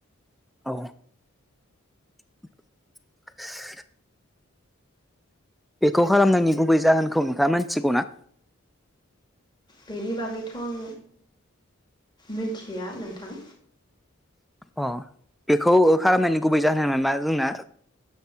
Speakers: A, in the centre; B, on the left.
A: औ <inaudible> बेखौ खालामनायनि गुबै जाहोनखौ नोंथाङा मोनथिगौ ना?
B: बेनि बागैथ' आं मिथिया नोंथां।
A: अ बेखौ खालामनायनि गुबै जाहोनानो मा जोंना